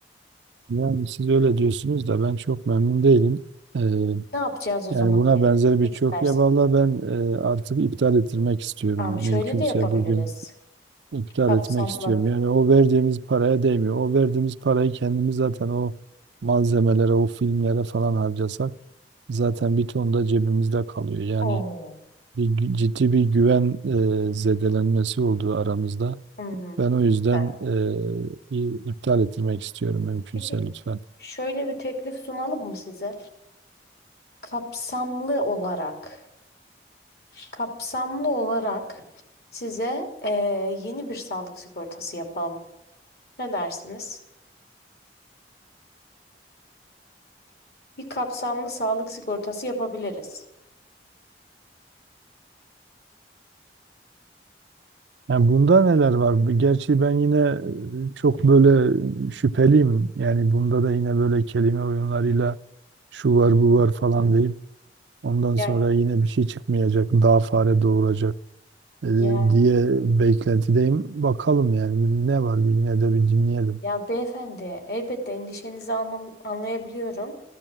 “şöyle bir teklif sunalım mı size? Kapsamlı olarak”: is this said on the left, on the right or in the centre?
Left